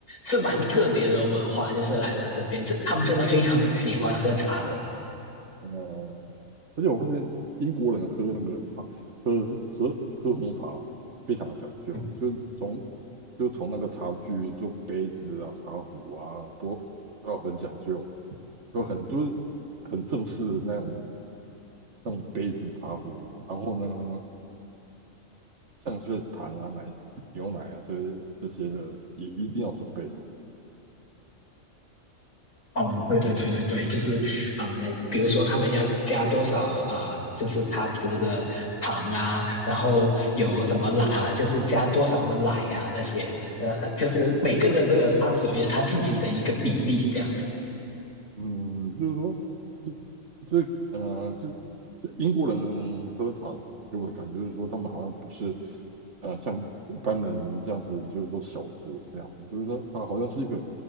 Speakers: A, on the left; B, on the right.
A: 是蛮特别的文化，就是来到这边，这他们真的非常喜欢喝茶的。
B: 呃，而且我发现英国人喝那个茶喝喝喝红茶非常的讲究，
A: 嗯。
B: 就从就从那个茶具做杯子啊、茶壶啊都都要很讲究，有很多很正式的那种那种杯子茶壶，然后呢。像是糖啊、奶、牛奶啊这这些的，也一定要准备。
A: 哦，对对对对对，就是，嗯，比如说他们要加多少啊、就是他吃的糖啊，然后有什么奶啊，就是加多少的奶啊那些，呃，就是每个人都有他属于他自己的一个比例这样子。
B: 嗯，就是说，这呃，这这英国人喝茶给我的感觉就是说，他们好像不是呃像一般人这样子，就是说小酌这样子，就是说他好像是一个